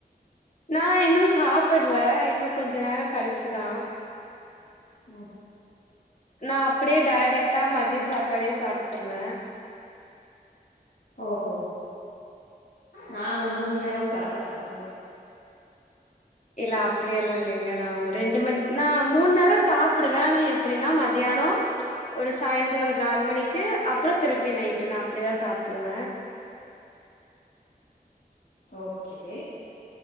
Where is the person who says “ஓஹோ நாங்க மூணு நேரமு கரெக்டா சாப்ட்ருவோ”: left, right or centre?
Left